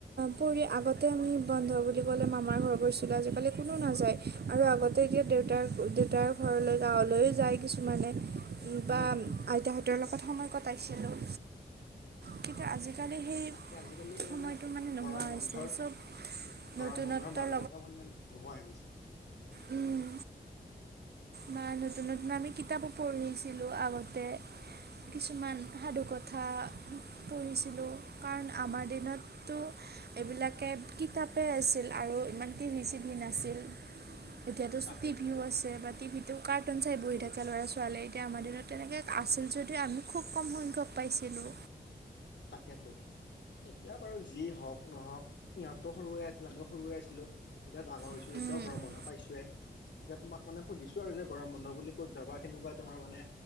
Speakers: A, on the right; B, on the left.
A: পৰি, আগতে আমি বন্ধ বুলি ক'লে মামাৰ ঘৰত গৈছিলোঁ। আজিকালি কোনো নাযায়। আৰু আগতে এতিয়া দেউতাৰ, দেউতাৰ ঘৰলৈ গাঁৱলৈই যায় লৈ যায় কিছুমানে
B: উম
A: বা
B: উম
A: আইতাহঁতৰ লগত সময় কটাইছিলোঁ। কিন্তু আজিকালি সেই
B: তাকে আজিকালি
A: সময়টো মানে নোহোৱা
B: গৰম বন্ধৰ
A: হৈছে চ'ব
B: গৰম
A: নতুনত্বৰ
B: বন্ধৰ মাদকতাই মানে নোহোৱা হৈ গৈছে।
A: উম। বা নতুন নতুন আমি কিতাপো পঢ়িছিলোঁ আগতে। কিছুমান সাধুকথাৰ। পঢ়িছিলোঁ কাৰণ আমাৰ দিনটো এইবিলাকে কিতাপেই আছিল আৰু ইমান টিভি চিভি নাছিল। এতিয়াতো
B: তাকে
A: টি
B: তাকে
A: ভিউ আছে। টি ভিত কাটুন চাই বহি
B: উম
A: থাকে ল'ৰা ছোৱালীয়ে এতিয়া আমাৰ দিনত তেকে আছিল যদিও আমি খুব কম সংখ্যক পাইছিলোঁ।
B: তাকেতো। এতিয়া বাৰু যি হওক নহওঁক সিহঁতো সৰুৱে আছিল আমিও সৰুৱে আছিলো এতিয়া ডাঙৰ হৈছোঁ।
A: পাইছিলোঁ
B: যেতিয়া গৰম বন্ধ পাইছছেই এতিয়া তোমাক মানে সুধিছো আৰু যে গৰম বন্ধ বুলি ক'ত যাবা কেনেকুৱা তোমাৰ মানে